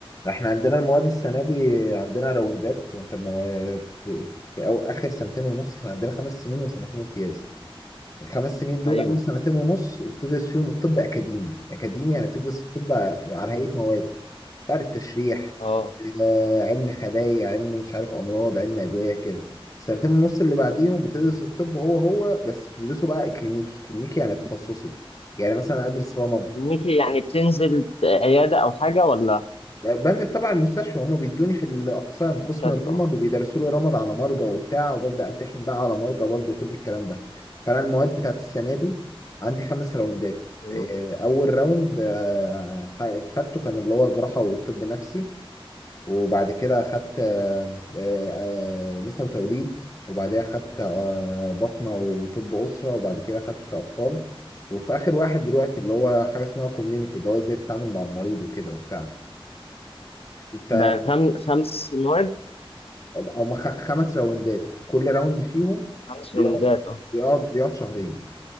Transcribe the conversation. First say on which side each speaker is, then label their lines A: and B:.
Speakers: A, on the left (about 35°); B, on the left (about 80°).
A: احنا عندنا المواد السنه دي عندنا راوندات وانت ما في, في أو اخر سنتين ونص احنا عندنا خمس سنين وسنتين امتياز الخمس سنين دول
B: ايوه
A: اول سنتين ونص بتدرس فيهم الطب اكاديمي اكاديمي يعني بتدرس الطب على هيئه مواد تعرف تشريح
B: اه
A: آه، علم خلايا علم مش عارف امراض علم ادويه كده السنتين ونص اللي بعديهم بتدرس
B: أيوة.
A: الطب هو هو بس بتدرسه بقى كلينيكي كلينيكي يعني تخصصي يعني مثلا ادرس رمد
B: ميكي يعني بتنزل عيادة او حاجة ولا
A: بنزل طبعا المستشفى هما بيدوني في الاقسام قسم
B: مستشفى
A: الرمد
B: اه
A: وبيدرسوا لي رمد على مرضى وبتاع وببدا امتحن بقى على مرضى برضه وكل الكلام ده فانا المواد بتاعت السنه دي عندي خمس راوندات
B: ايوه
A: آه، اول راوند آه، خدته كان اللي هو جراحه وطب نفسي وبعد كده أخدت آه، آه، آه، نساء وتوليد وبعدها أخدت آه، بطنة وطب أسرة وبعد كده أخدت أطفال وفي آخر واحد دلوقتي اللي هو حاجة اسمها كوميونيتي اللي هو إزاي تتعامل مع المريض وكده وبتاع أنت
B: ده خم... خمس مواد
A: هما خ- خمس راوندات كل راوند فيهم
B: خمس
A: بيقعد
B: روندات اه
A: بيقعد بيقعد شهرين